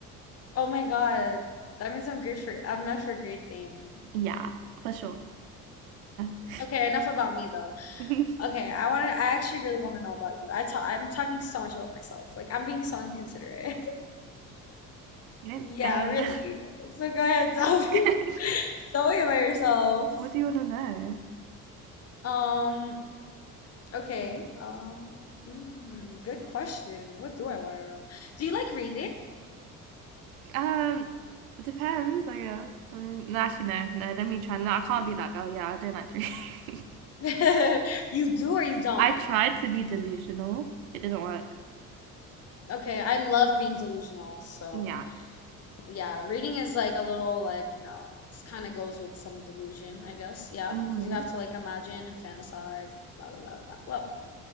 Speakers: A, on the left; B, on the right.
A: Oh my God. That means I'm great for I'm meant for great things.
B: Yeah, for sure. <laughs>
A: Okay, enough about me though.
B: really?
A: Okay, I want to I actually really want to know about you. I talk I'm talking so much about myself. Like I'm being so inconsiderate. <laughs>
B: You don't
A: Yeah,
B: say.
A: really. So go ahead, tell me.
B: <laughs>
A: <laughs> Tell me about yourself.
B: What do you want to know?
A: Um, Okay. Um, mm, good question. What do I want to know? Do you like reading?
B: Um, it depends, I guess. I mean, no, actually, no, no. Let me try. No, I can't be that girl. Yeah, I don't like to.
A: <laughs> You do or you
B: <laughs>
A: don't?
B: I tried to be delusional. It didn't work.
A: Okay, I love being delusional, so
B: Yeah.
A: yeah, reading is like a little like, you know, it's kind of goes with some delusion, I guess. Yeah,
B: hmm
A: because you have to like imagine and fantasize and blah blah blah blah. Well,